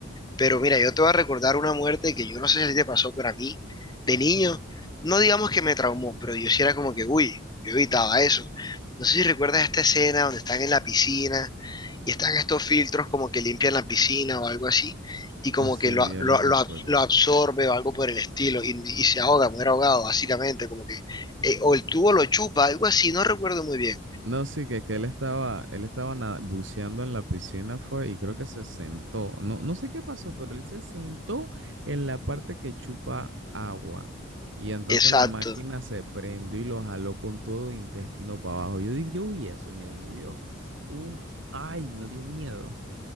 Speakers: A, on the left; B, on the right.
A: Pero mira, yo te voy a recordar una muerte que yo no sé si te pasó, pero a mí, de niño, no digamos que me traumó, pero yo sí era como que, uy, yo evitaba eso. No sé si recuerdas esta escena donde están en la piscina y están estos filtros como que limpian la piscina o algo así, y como
B: Así,
A: que lo,
B: yo
A: lo-
B: la recuerdo.
A: lo ab- lo absorbe o algo por el estilo, y, y se ahoga, muere ahogado, básicamente, como que, eh, o el tubo lo chupa, algo así, no recuerdo muy bien.
B: No, sí, que, que él estaba, él estaba nada- buceando en la piscina fue y creo que se sentó. No, no sé qué pasó, pero él se sentó en la parte que chupa agua. Y entonces
A: Exacto,
B: la máquina se prendió y lo jaló con todo intestino para abajo. Yo dije, yo vi eso, mira, y me dio un, ay, me dio miedo.